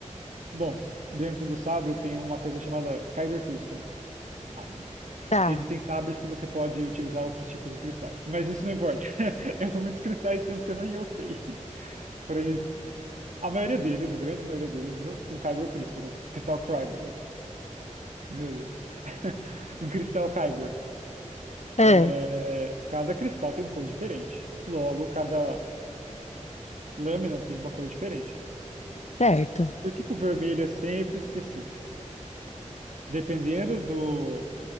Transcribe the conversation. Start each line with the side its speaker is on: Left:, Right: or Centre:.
Right: Bom, dentro do sabre tem uma coisa chamada Kyber Crystal. Ah,
Left: Tá.
Right: Existem sabres que você pode utilizar outros tipos de cristais, mas isso não importa. <laughs> São muitos cristais, tem uns que eu não eu sei. Porém, a maioria deles, a grande maioria deles, o, o Kyber Crystal, o cristal Kyber. oh, Meu Deus. <laughs> O cristal Kyber.
Left: É,
Right: É, cada cristal tem uma cor diferente. Logo, cada lâmina tem uma cor diferente.
Left: certo.
Right: Por que que o vermelho é sempre específico? Dependendo do